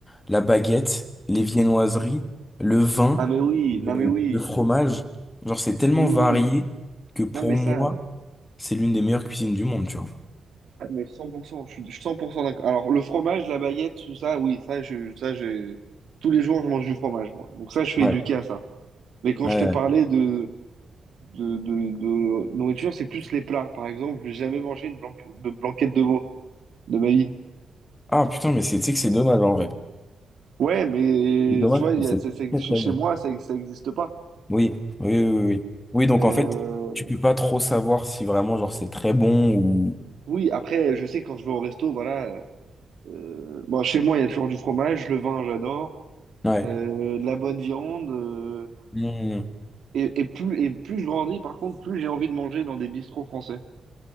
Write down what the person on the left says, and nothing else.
la baguette, les viennoiseries, le vin,
le,
le fromage, genre c'est tellement
varié
que pour
moi, c'est l'une des meilleures cuisines du monde, tu vois.
Ouais.
Ouais.
Ah putain, mais c'est, tu sais que c'est dommage en vrai.
C'est dommage
parce
que
c'est
très
très
bon.
Oui, oui, oui, oui. Oui, donc
en fait, tu peux pas trop savoir si vraiment genre c'est très bon ou...
Ouais.
Mmh.